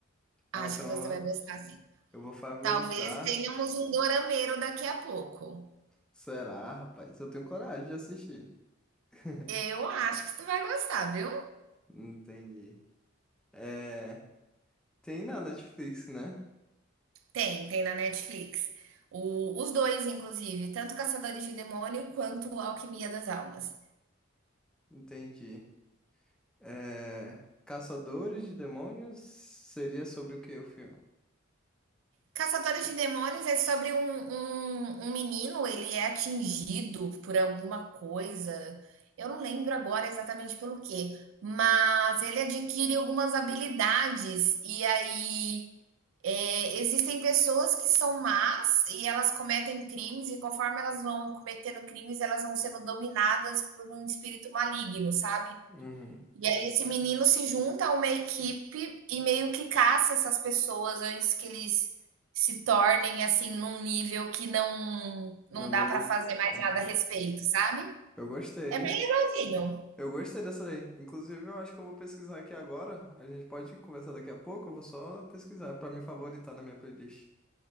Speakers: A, in the centre; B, on the right (about 75°).
A: Ah,
B: Acho
A: então
B: que você vai gostar, sim.
A: eu vou favoritar.
B: Talvez tenhamos um dorameiro daqui a pouco.
A: Será, rapaz? Eu tenho coragem de assistir. <laughs>
B: Eu acho que tu vai gostar, viu?
A: Entendi. É, tem na Netflix, né?
B: Tem, tem na Netflix. O- os dois, inclusive, tanto Caçadores de Demônio quanto Alquimia das Almas.
A: Entendi. É, Caçadores de Demônios seria sobre o quê o filme?
B: Caçadores de Demônios é sobre um, um, um menino, ele é atingido por alguma coisa. Eu não lembro agora exatamente pelo quê, mas ele adquire algumas habilidades. E aí é, existem pessoas que são más e elas cometem crimes, e conforme elas vão cometendo crimes, elas vão sendo dominadas por um espírito maligno, sabe?
A: Uhum.
B: E aí esse menino se junta a uma equipe e meio que caça essas pessoas antes que eles se tornem assim num nível que não não
A: Não
B: dá
A: deu.
B: pra fazer mais
A: Aham.
B: nada a respeito, sabe?
A: Eu gostei,
B: É
A: hein?
B: bem legalzinho.
A: Eu gostei dessa daí. Inclusive, eu acho que eu vou pesquisar aqui agora. A gente pode conversar daqui a pouco. Eu vou só pesquisar pra me favoritar na minha playlist.